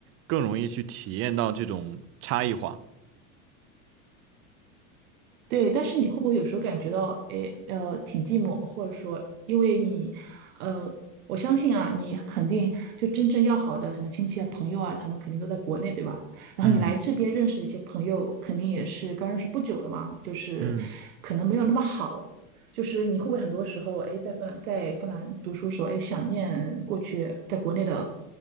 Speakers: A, on the right; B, on the right.
A: 更容易去体验到这种差异化。
B: 对，但是你会不会有时候感觉到，哎，呃，挺寂寞，或者说，因为你，呃，我相信啊，你肯定就真正要好的什么亲戚啊、朋友啊，他们肯定都在国内，对吧？然后你来这边认识的一些朋友，
A: 嗯
B: 肯定也是刚认识不久的嘛，就是可能没有那么好，
A: 嗯。
B: 就是你会不会很多时候，哎，在芬在芬兰读书时候，哎，想念过去在国内的